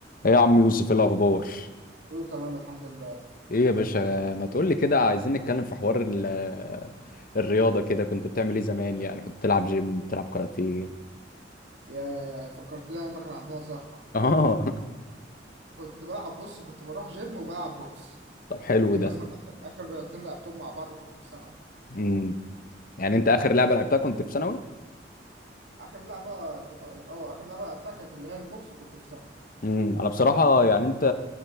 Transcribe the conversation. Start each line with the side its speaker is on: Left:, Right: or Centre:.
Left: ايه يا عم يوسف إيه الاخبار
Right: كله تمام الحمد لله
Left: ايه يا باشا ما تقول لي كده عايزين نتكلم في حوار ال- الرياضه كده كنت بتعمل ايه زمان يعني كنت بتلعب جيم بتلعب كاراتيه
Right: يا فكرتني ايام ما كان عندنا صحة
Left: اه <laughs>
Right: كنت بلعب بص كنت بروح جيم وبلعب بوكس
Left: طب حلو
Right: دي مثلا
Left: ده
Right: اخر اخر لعبتين لعبتهم مع بعض كنت في ثانوي
Left: امم يعني انت اخر لعبه لعبتها كنت في ثانوي
Right: اخر لعبة كت... اه اخر لعبة لعبتها كانت اللي هي البوكس وكنت في ثانوي
Left: امم انا بصراحه يعني انت